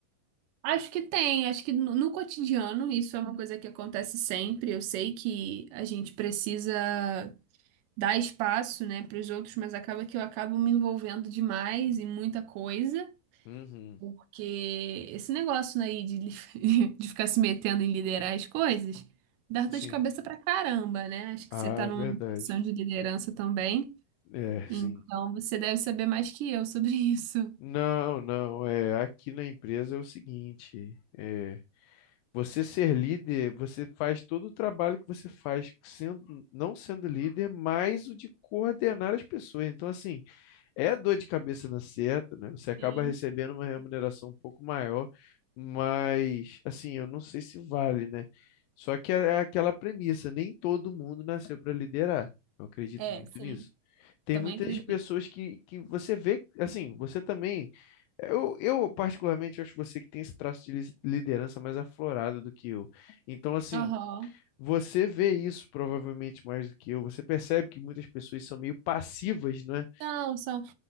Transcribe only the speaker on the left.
Uhum,
sim.
Ah,
verdade.
É,
sim.
Não, não. É, aqui na empresa é o seguinte, é, você ser líder, você faz todo o trabalho que você faz sendo, não sendo líder, mais o de coordenar as pessoas. Então, assim, é dor de cabeça na certa, né? Você acaba
recebendo uma remuneração um pouco maior, mas, assim, eu não sei se vale, né? Só que é aquela premissa, nem todo mundo nasceu para liderar. Eu acredito
muito
nisso. Tem
muitas
pessoas que, que você vê, assim, você também eu, eu, particularmente, acho você que tem esse traço de lis- liderança mais aflorado do que eu. Então, assim,
você vê isso provavelmente mais do que eu. Você percebe que muitas pessoas são meio passivas, não é?